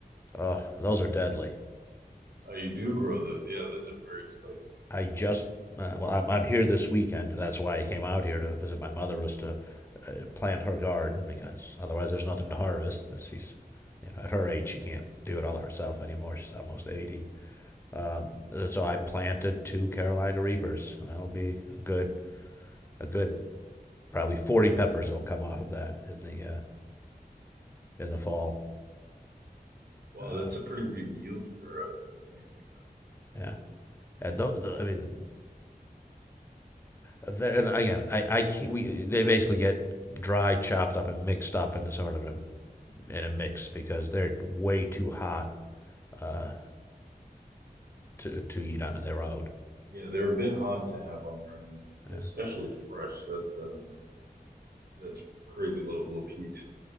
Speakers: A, on the left; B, on the right.
A: Oh, those are deadly.
B: Oh, you do grow those. Yeah, those are very spicy.
A: I just, uh, well, I'm, I'm here this weekend. That's why I came out here to visit my mother was to uh, plant her garden because otherwise there's nothing to harvest. She's, you know, at her age she can't do it all herself anymore. She's almost eighty. Um, so I planted two Carolina Reapers. That'll be a good, a good, probably 40 peppers will come off of that in the uh, in the fall.
B: Wow,
A: Uh,
B: that's a pretty big yield for a plant like that.
A: yeah, and tho- the, I mean, and again, I I can't, we they basically get dry, chopped up, and mixed up into sort of a, in a mix because they're way too hot uh, to to eat on their own.
B: Yeah, they're a bit hot to have on their own, like
A: Yeah.
B: especially fresh. That's um, that's crazy level of heat.